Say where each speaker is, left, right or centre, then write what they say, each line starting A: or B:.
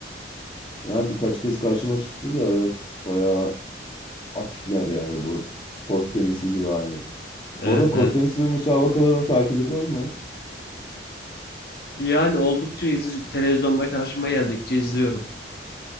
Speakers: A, on the left (about 30°); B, on the left (about 60°).
A: Yani birkaç kez karşıma çıktı da evet bayağı atikler yani bu kort tenisi gibi aynı.
B: Evet
A: Bu arada kort
B: evet.
A: tenisi müsabakalarını takip ediyor musun?
B: Yani oldukça iz- televizyonda karşıma geldikçe izliyorum.